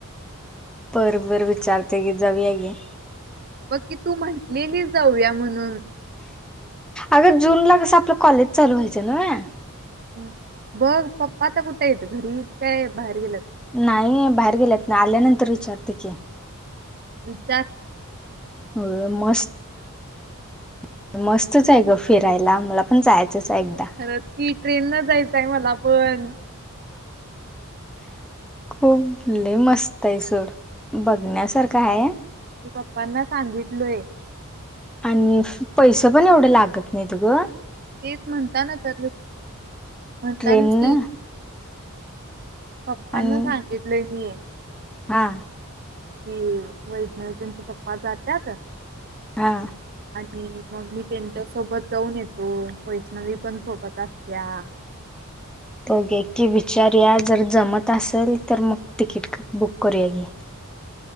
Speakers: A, in the centre; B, on the right.
A: पर बर विचारते की जावी आहे गी
B: मग कि तू म्हटलेली जाऊया म्हणून
A: अगर जून ला कस आपलं कॉलेज चालू व्हायचं ना
B: हम बघ पप्पा आता कुठे येत घरी काय बाहेर गेलात
A: नाही बाहेर गेल्यात ना आल्यानंतर विचारते की
B: वि चार
A: हो मस्त-मस्तच आहय गं फिरायला मला पण जाय जसा एकदा
B: खरंच की ट्रेन न जायचं आहय मला पण
A: खूप लय मस्त आहय सोड बघण्यासारख आहय
B: मी पप्पांना सांगितलोय
A: आणि पैसे पण एवढं लागत नाहीत गं
B: तेच म्हणताना तर - म्हणतानाच
A: ट्रेननं
B: की पप्पांना
A: आणि
B: सांगितलोय मी
A: हा
B: कि वैष्णवी त्यांंच पप्पा जात्यात
A: हा
B: आणि मग मी त्यांच्या सोबत जाऊन ये कोन वैष्णवी पण सोबत असत्या
A: ओके की विचारूया जर जमत असेल तर मग तिकीट बुक करूया घे